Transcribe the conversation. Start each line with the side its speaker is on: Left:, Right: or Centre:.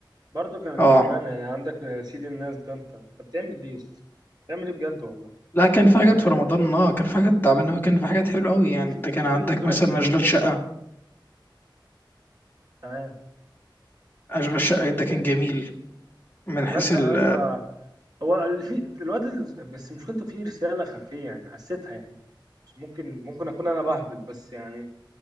Right: برضه كانت
Left: اه
Right: تعبانه يعني عندك سيد الناس ده انت انت بتعمل ايه يا اسطى؟ بتعمل ايه بجد والله
Left: لا كان في حاجات
Right: يعني انت-
Left: في رمضان اه كان في حاجات تعبانه قوي كان في حاجات حلوه قوي يعني
Right: في في
Left: انت كان
Right: في فيلم
Left: عندك
Right: بيقول
Left: مثلا
Right: لك في
Left: اشغال شقه
Right: تمام
Left: اشغال شقه ده
Right: انت
Left: كان جميل من
Right: اشغال
Left: حيث
Right: شقه
Left: ال
Right: يا اسطى هو اللي في الواد اللي- بس مشكلته فيه رساله خفيه يعني حسيتها يعني بس ممكن ممكن اكون انا بهبط بس يعني